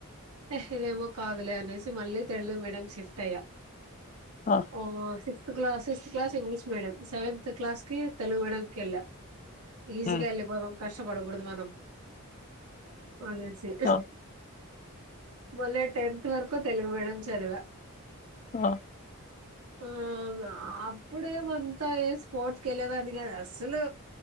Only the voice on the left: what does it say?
ఆ!
హ్మ్.
ఆ! ఆ!
ఆ